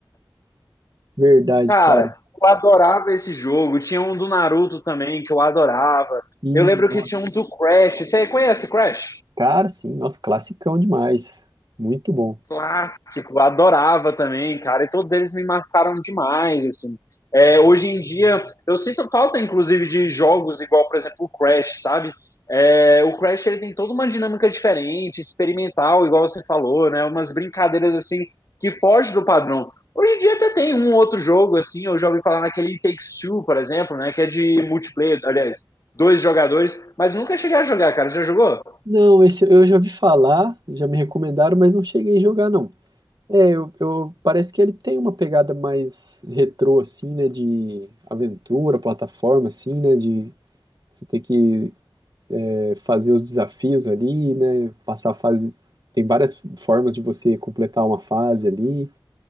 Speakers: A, on the right; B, on the left.
A: verdade,
B: Cara,
A: cara.
B: eu adorava esse jogo. Tinha um do Naruto também que eu adorava.
A: E,
B: Eu lembro
A: nossa,
B: que tinha um do Crash. Você conhece Crash?
A: cara, sim, nossa, classicão demais. Muito bom.
B: Clássico, adorava também, cara. E todos eles me marcaram demais, assim. É, hoje em dia, eu sinto falta, inclusive, de jogos igual, por exemplo, o Crash, sabe? É, o Crash ele tem toda uma dinâmica diferente, experimental, igual você falou, né? Umas brincadeiras assim que fogem do padrão. Hoje em dia até tem um outro jogo assim, eu já ouvi falar naquele It Takes Two, por exemplo, né? Que é de multiplayer, aliás, dois jogadores, mas nunca cheguei a jogar, cara. Já jogou?
A: Não, esse eu já ouvi falar, já me recomendaram, mas não cheguei a jogar, não. É, eu, eu- parece que ele tem uma pegada mais retrô, assim, né? De aventura, plataforma, assim, né? De você ter que é, fazer os desafios ali, né? Passar a fase. Tem várias formas de você completar uma fase ali.